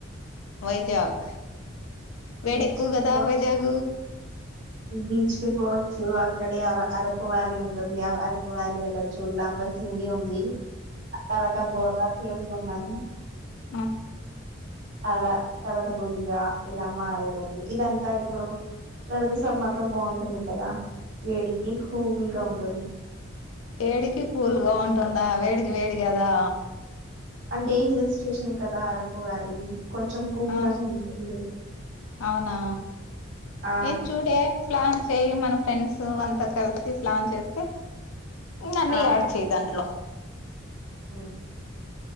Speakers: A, on the left; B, on the right.
A: వైజాగ్ వేడ
B: బీచ్
A: ఎక్కువ
B: కి
A: కదా
B: పో
A: వైజాగ
B: బీచ్ కి పోవచ్చు అక్కడే అరకు వ్యాలీ ఉంటుంది ఆ అరకు వ్యాలీ వెళ్ళొచ్చు లంబ సింగీ ఉంది అతవాత బోర్ రాి బన్నాయి
A: ఆ
B: తల తలత గుడిగా ఇలా మారేయడం అది ఇదంతా ఇప్పుడు వెళతే సమ్మర్ లో బాగుంటుంది కదా వేడికి కూల్గా ఉంటుంది
A: వేడికి కూల్గా ఉంటుందా వేడికి వేడి కదా
B: అంటే హిల్ స్టేషన్ కదా అరకు వ్యాలీ కొంచెం కూల్
A: ఆ
B: గానే ఉంటుంది
A: అవునా
B: ఆ
A: ఏం చూడే పలాన్ చేయి మన ఫ్రెండ్స్ అంతా కలిసి పలాన్ చేస్తే నన్నీ
B: ఆ
A: యాారు చేయదాంట్లో
B: ఉమ్